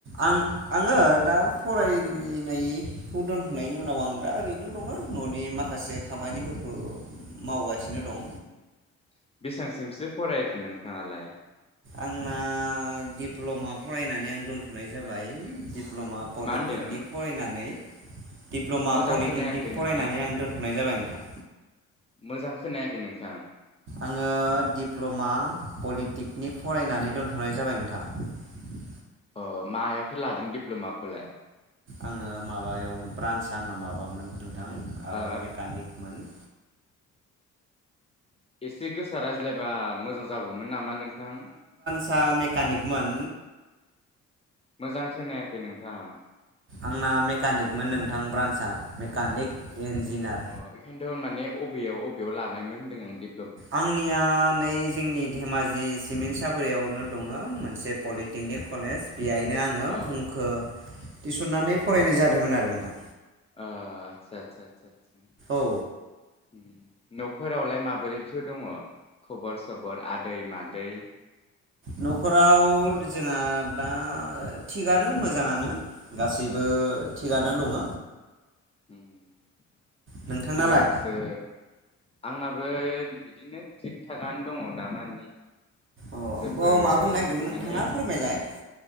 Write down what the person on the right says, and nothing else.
आं आङो दा फरायनाय
खौ दोनथ'नायनि उनाव आं दा ओरैनो दङ न'नि माखासे खामानिफोरखौ मावगासिनो
दं
आंना दिप्ल'मा फरायनानै आं दोन थनाय जाबाय दिडप्ल'मा पलिटेकनिक
फरायनानै दिप्ल'मा
पलिटेकनिक
फरायनानै
आं दोनथ'नाय जाबाय। नोंथां
आंङो दिप्ल'मा पलिटेकनि फरायनानै दोनथ'नाय जाबाय नोंथां।
आंङो माबायाव ब्रान्स आंना माबामोन नोंथां
ओ मेकानिकमोन।
आ मेकानिकमोन।
आंना मेकानिकमोन नोंथां ब्रान्सआ मेकानिक। इन्जिनियार
आंनिया नै जोंनि धेमाजि सिमेन्ट सापरियावनो दङ मोन से पलिटेकनिक कलेज बेहायनो आंङो
मुंखो थिसननानै फरायनाय जादोंमोन आरो नोंथां।
औ
न'खराव जोंहा दा थिगानो मोजाङानो। गासैबो थिगानो दङ।
नोंथांनालाय
अ औ
मा बुंनो नागिरदोंमोन नोंथाङा
फोरमायलाय।